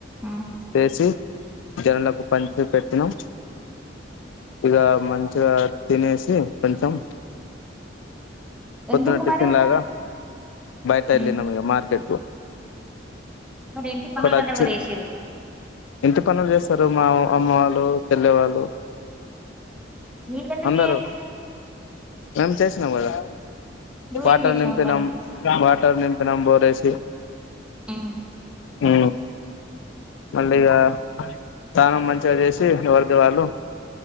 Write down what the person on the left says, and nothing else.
చేసి జనులకు పంచి పెట్టినం ఇగ మంచిగా తినేసి కొంచెం పొద్దున
టిఫిన్
లాగా బయటా వెళ్ళినామ్
ఇగ మార్కెట్ కు
ఇక్కడ
వచ్చి
ఇంటి పనులు చేస్తారు మా అమ్మ వాళ్ళు చెల్లెవాళ్ళు
అందరు
మేం చేసి నవదా
బాటిల్
నింపినం
బా టార్ నింపినం బోరేసి
హు మళ్ళీగా స్నానం మంచిగా చేసి ఎవరిది వాళ్ళు